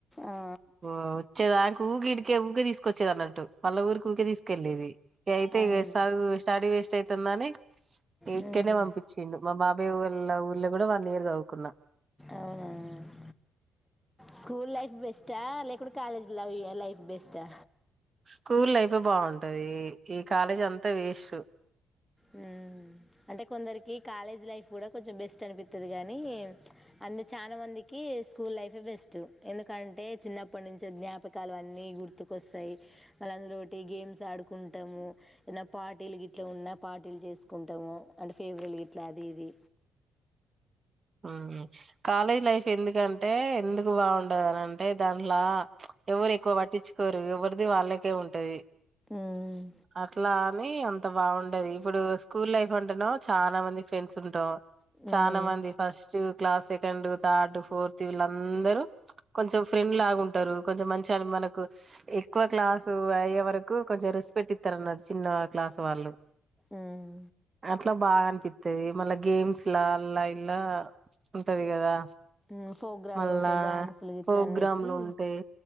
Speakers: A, in the centre; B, on the right (about 35°).
A: ఆ
B: వొ వచ్చేదానికి ఊగి ఇడికే ఉరికే తీసుకొచ్చేది అన్నట్టు మాళ్ళ ఊరికి ఊకే తీసుకెళ్ళేది అయితే
A: అవును
B: చదువు స్టడీ వేస్ట్ అయితుందని ఇక్కకనే
A: మ్మ్
B: పంపించిండు మా బాబాయ్ వాళ్ళ ఊర్లో కూడా వాళ్ళ కొన్నా
A: అవునా స్కూల్ లైఫ్ బెస్టా లేకుంటే కాలేజ్ ల లైఫ్ బెస్ట్ స్టా
B: స్కూల్ లైఫ్ బాగుంటది ఈ కాలేజీ అంతా వేస్ట్
A: వు అంటే కొందరికి కాలేజ్ లైఫ్ కూడా కొంచెం బెస్ట్ అనిపిస్తుంది కానీ, అన్నే చాలా మందికి స్కూల్ లైఫే బెస్ట్ ఎందుకంటే చిన్నప్పటి నుంచి జ్ఞాపకాలు అన్నీ గుర్తుకొస్తాయి మళ్ళ అందులోటి గేమ్స్ ఆడుకుంటాము ఏదనా పార్టీల ఇట్లా ఉన్న పార్టీలు చేసుకుంటాము అంటే ఫేవరెల్ గీట్లా అది ఇది
B: ఉ కాలేజ్ లైఫ్ ఎందుకంటే ఎందుకు బాగుండదు అని అంటే దాంట్లో ఎవరు ఎక్కువ పట్టించుకోరు ఎవరిది వాళ్ళకే ఉంటది
A: ఉమ్,
B: అట్లా అని అంత బావు ఉంటాది ఇప్పుడొస్ స్కూల్ లైఫ్ ఉంటున్నవ్ చాలా మంది ఫ్రెండ్స్ ఉంటాం చాలా
A: ఉమ్,
B: మంది first class second third fourth వీళ్ళందరూ కొంచెం ఫ్రెండ్ లాగా ఉంటారు కొంచెం మంచి కాని మనకు ఎక్కువ క్లాసు అయ్యే వరకు కొంచెం రిస్క్ పెట్టిత్తారన్నారు చిన్న క్లాస్ వాళ్ళు
A: ఉమ్,
B: అట్లా బాగా అనిపిత్తాది మళ్ళా గేమ్స్ అల్ల ఇల్ల ఉంటది కదా
A: ఉమ్, ప్రోగ్రాంలు
B: మళ్ళా
A: ఉంటాయి డ్యాన్సులు ఇట్లా
B: ప్రోగ్రామ్లు
A: అన్నిటికీ
B: ఉంటాయి